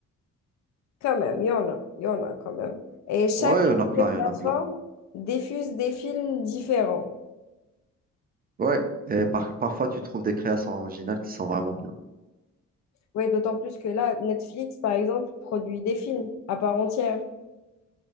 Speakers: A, on the left; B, on the right.
A: quand même, il y en a, il y en a quand même. Et chacune
B: Ouais, il y en a plein,
A: des plateformes
B: il y en a plein.
A: diffuse des films différents.
B: Ouais, et par- parfois tu trouves des créations originales qui sont vraiment bien.
A: Oui, d'autant plus que là, Netflix, par exemple, produit des films à part entière.